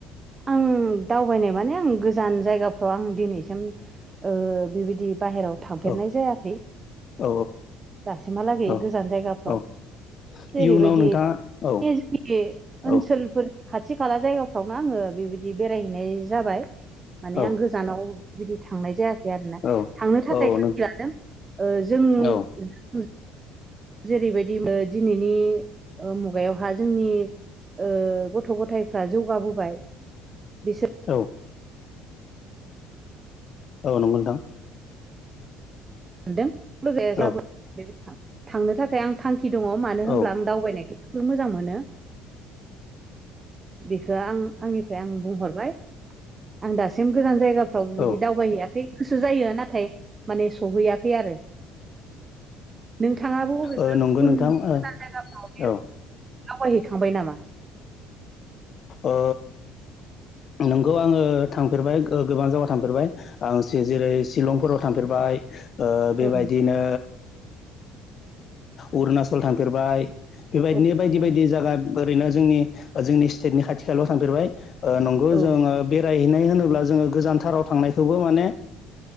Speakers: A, on the right; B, on the left.
A: आं दावबायनाय माने आं गोजान जायगाफ्राव आं दिनैसिम ओ बेबायदि बाहेराव थांफेरनाय
B: औ
A: जायाखै
B: औ
A: दासिमहालागै
B: औ
A: गोजान जायगाफ्राव
B: औ
A: जेरैबायदि
B: इयुनाव नोंथाङा औ
A: जोंनि
B: औ
A: ओनसोलफोर खाथि खाला जायगाफ्रावनो आङो बेबायदि बेरायहैनाय जाबाय माने
B: औ
A: आं गोजानाव बेबायदि थांनाय जायाखै आरोना
B: औ
A: थांनो थाखाय
B: औ
A: थांखि
B: नों
A: लादों जों
B: औ
A: जेरैबायदि दिनैनि मुगायावहा जोंनि ओ गथ' गथायफ्रा जौगाबोबाय बि
B: औ औ नंगौ नोंथां।
A: सान्दों
B: औ
A: थांनो थाखाय आं थांखि दङ मानो होनब्ला
B: औ
A: आं दावबायनायखौ जोबोर मोजां मोनो। बेखौ आं आंनिफ्राय आं बुंहरबाय। आं दासिम गोजान जायगाफ्राव बिबायदि
B: औ
A: दावबायहैयाखै। गोसो जायो नाथाय माने सहैयाखै आरो नोंथाङाबो बबेबा
B: ओ नंगौ
A: गुबुन
B: नोंथां
A: गोजान जायगाफ्राव
B: ओ
A: बेरायनो दावबायहैखांबाय नामा?
B: ओ नोंगौ आङो थांफेरबाय गो-गोबां जायगायाव थांफेरबाय। आं शि जेरै शिलंफोराव थांफेरबाय। बाइक बेबायदिनो
A: औ नंगौ
B: अरुनााचल थांफेरबाय बेबायदिनो
A: औ
B: बायदि
A: नंगौ
B: बायदि
A: नोंथां
B: जायगा ओरैनो जोंनि जोंनि स्टेटनि खाथि खाल' थांफेरबाय। ओ नंगौ
A: औ
B: जोङो बेराय हैनाय होनोब्ला जोङो गोजानथाराव थांनायखौबो माने